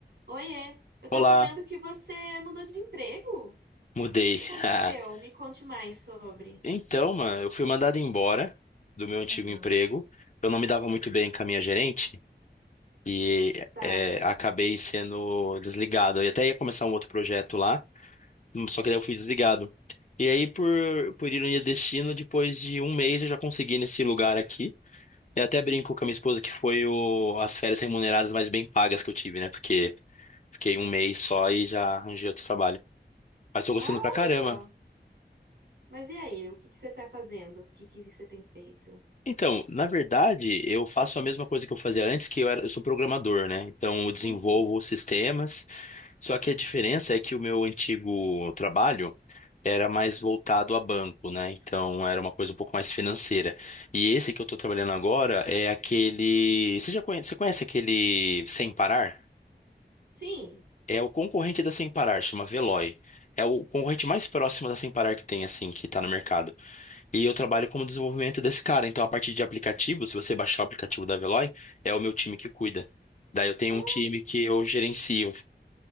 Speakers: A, on the right; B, on the left.
A: Oiê, eu tava
B: Olá,
A: vendo que você mudou de emprego. O
B: mudei.
A: que aconteceu?
B: <laughs>
A: Me conte mais sobre.
B: Então, mano, eu fui mandado embora do meu antigo
A: Aham.
B: emprego. Eu não me dava muito bem com a minha gerente e
A: Tá.
B: é, acabei sendo desligado. Eu até ia começar um outro projeto lá, só que daí eu fui desligado. E aí, por, por ironia do destino, depois de um mês eu já consegui nesse lugar aqui. Eu até brinco com a minha esposa que foi o- as férias remuneradas mais bem pagas que eu tive, né? Porque fiquei um mês só e já arranjei outro trabalho. Mas tô gostando
A: Ah, olha
B: pra caramba.
A: só. Mas e aí, o que que você tá fazendo? O que que você tem feito?
B: Então, na verdade, eu faço a mesma coisa que eu fazia antes, que eu era, eu sou programador, né? Então, eu desenvolvo
A: Uhum.
B: sistemas. Só que a diferença é que o meu antigo trabalho era mais voltado a banco, né? Então, era uma coisa um pouco mais financeira. E esse que eu estou trabalhando agora é aquele. Você já conhece, você conhece aquele Sem Parar?
A: Sim.
B: É o concorrente da Sem Parar, chama Veloy. É o concorrente mais próximo da Sem Parar que tem, assim, que está no mercado. E eu trabalho como desenvolvimento desse cara. Então, a partir de aplicativo, se você baixar o aplicativo da Veloy, é o meu time que cuida. Daí eu tenho
A: Ah,
B: um time que eu gerencio,